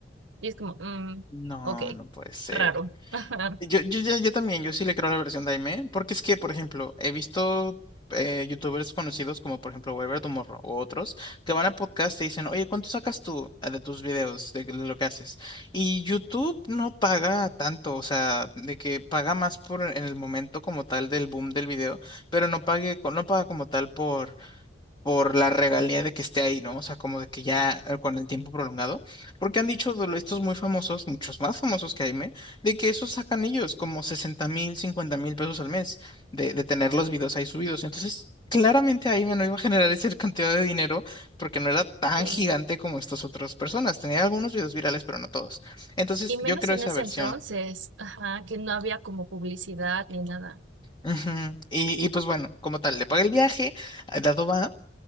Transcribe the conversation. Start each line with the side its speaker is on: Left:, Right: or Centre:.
Right: Y es como, mm,
Left: No,
Right: ok,
Left: no puede ser.
Right: raro. <laughs>
Left: Yo,
Right: Ajá,
Left: yo, yo, yo también, yo sí le creo a la versión de Aimee, porque es que, por ejemplo, he visto eh, youtubers conocidos como, por ejemplo, Weber Tomorrow o otros, que van a podcast y dicen, oye, ¿cuánto sacas tú eh, de tus videos, de, de lo que haces? Y YouTube no paga tanto, o sea, de que paga más por en el momento como tal del boom del video, pero no pague, co- no paga como tal por por la regalía de que esté ahí, ¿no? O sea, como de que ya eh, con el tiempo prolongado, porque han dicho de lo- estos muy famosos, muchos más famosos que Jaime, de que esos sacan ellos como 60 mil, 50 mil pesos al mes de, de tener los videos ahí subidos. Entonces, claramente Jaime no iba a generar esa <laughs> cantidad de dinero porque no era tan
Right: sí.
Left: gigante como estas otras personas. Tenía algunos videos virales, pero no todos. Entonces,
Right: Y menos
Left: yo creo
Right: en
Left: esa
Right: ese
Left: versión.
Right: entonces, ajá, que no había como publicidad ni nada.
Left: Ujú. Y, y pues bueno, como tal, le paga el viaje, eh, dado va.